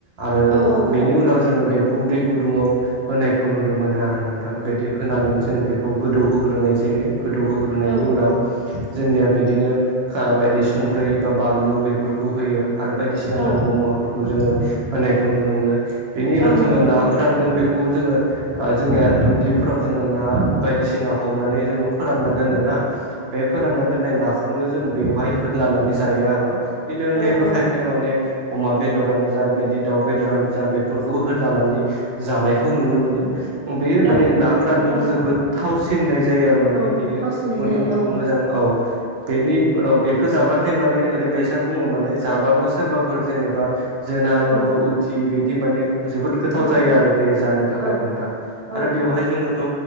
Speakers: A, on the right; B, on the right.
A: आरो
B: औ औ
A: बेनि उनाव जोङो बेखौ दै गुदुङाव होनायखौ नुनो मोना आरो नोंथां बिदि होनानै जों बेखौ गोदौहोग्रोनाय जायो। गोदौहोग्रोनायनि
B: औ
A: उनाव जोंनिया बिदिनो ओ बायदि संख्रि बा बानलु बेफोरखौ होयो आरो बायदिसिना
B: औ
A: नांगौ मुवाफोर खौ जोङो होनायखौ नुनो मोनो बेनि उनाव
B: औ नंगौ
A: जोङो
B: नंगौ
A: ना
B: थारैनो
A: गोरानदों बेखौबो जोङो आं जोंनिया दुब्लिफोराव जोङो ना बायदिसिना हमनानै जोङो फोरानना दोनोना बे फोरानना दोननाय नाखौनो जों बेवहाय होदलानानै जायो आरो। इनि अनगायैबो
B: औ औ
A: खायफाया माने अमा बेदरानो जा बिदि दाउ बेदरानो जा बेफोरखौ होदलानानै जानायखौ नुनो मोनो बे माने
B: औ
A: ना गोरानदों
B: नंगौ थारैनो
A: जोबोद थावसिननाय जायो आरो माने
B: औ
A: बेयो
B: थावसिननाय
A: मोदोमफ्रु
B: जायो
A: मोजां औ बेनि उनाव बेखौ जाबाथाय माने ओरैबायसा बुङो माने जाबाबो सोरबाफोर जेनेबा जोनाबाबो
B: औ
A: उथि बिदि माने जोबोद गोथाव
B: औ
A: जायो आरो बे जानो थाखाय
B: औ
A: नोंथां
B: औ
A: आरो बेवहाय जोङोथ'